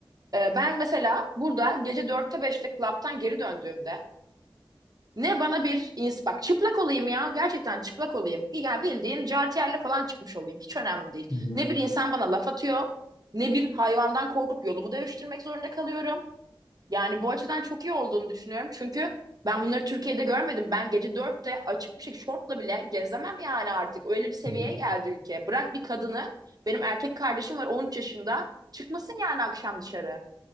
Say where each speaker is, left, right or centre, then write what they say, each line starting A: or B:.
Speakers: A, on the right; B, on the left.
A: E, ben mesela burada gece dörtte beşte klaptan geri döndüğümde ne bana bir ins bak çıplak olayım ya gerçekten çıplak olayım. Yani bildiğin jartiyerle falan çıkmış olayım hiç önemli değil.
B: Hı hı,
A: Ne bir insan bana laf atıyor ne bir hayvandan korkup yolumu değiştirmek zorunda kalıyorum. Yani bu açıdan çok iyi olduğunu düşünüyorum. Çünkü ben bunları Türkiye'de görmedim. Ben gece dörtte açık bir şey şortla bile gezemem yani artık. Öyle bir seviyeye
B: hı hı,
A: geldi ülke. Bırak bir kadını, benim erkek kardeşim var 13 yaşında. Çıkmasın yani akşam dışarı.